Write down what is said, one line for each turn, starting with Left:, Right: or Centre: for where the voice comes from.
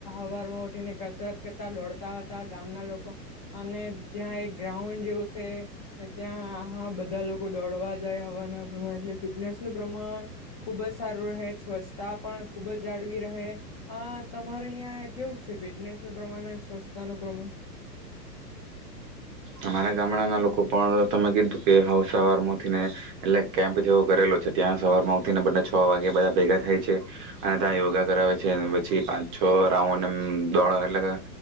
Left: હવારમાં ઉઠીને કસરત કરતા, દોડતા હતા, ગામના લોકો અને ત્યાં એક ગ્રાઉન્ડ જેવું સે, ત્યાં બધા લોકો દોડવા જાય, હવારના પોરમાં એટલે ફિટનેસ નું પ્રમાણ ખુબ જ સારું રહે છે. સ્વચ્છતા પણ ખુબ જ જાળવી રહે. અ તમારે અહં કેવું છે ફિટનેસ નું પ્રમાણ અને સ્વચ્છતા નું પ્રમાણ?
Right: અમારા ગામડાં ના લોકો પણ તમે કીધું કે હવે સવારમાં ઉઠીને એટલે કેમ્પ જેવો કરેલો છે, ત્યાં સવારમાં ઉઠીને બંને છ વાગે બધા ભેગા થાય છે, અને ત્યાં યોગા કરાવે છે પછી પાંચ છ રાઉન્ડ એમ દોડ એટલે